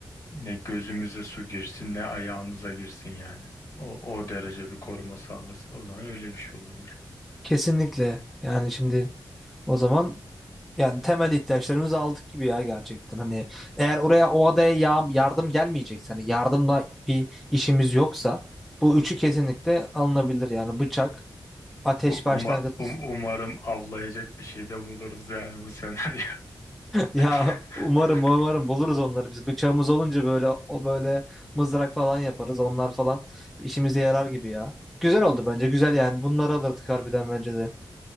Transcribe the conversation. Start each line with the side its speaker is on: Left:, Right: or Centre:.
Left: ne gözümüze su girsin ne ayağımıza girsin yani o, o derece bir koruma sağlasın o zaman öyle bir şey olabilir.
Centre: Kesinlikle. Yani şimdi o zaman yani temel ihtiyaçlarımızı aldık gibi ya gerçekten. Hani eğer oraya o adaya ya- yardım gelmeyecekse hani yardımla bir işimiz yoksa bu üçü kesinlikle alınabilir. Yani bıçak, ateş
Left: U- Uma,
Centre: başlangıç.
Left: um-
Centre: <laughs>
Left: umarım avlayacak bir şey de buluruz yani bu senaryo.
Centre: Ya
Left: <laughs>
Centre: umarım umarım buluruz onları biz. Bıçağımız olunca böyle o böyle mızrak falan yaparız. Onlar falan işimize yarar gibi ya. Güzel oldu bence. Güzel yani. Bunları alırdık harbiden bence de.